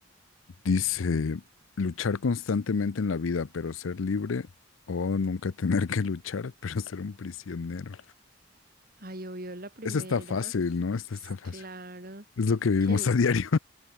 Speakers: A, on the left (about 85°); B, on the right (about 45°).
A: Dice, luchar constantemente en la vida, pero ser libre o nunca tener que luchar, <laughs> pero ser un prisionero.
B: Ay, obvio, la primera.
A: Eso está fácil, ¿no? Esta
B: S-
A: está fácil.
B: Claro.
A: Es lo que vivimos
B: ¿Quién?
A: a diario.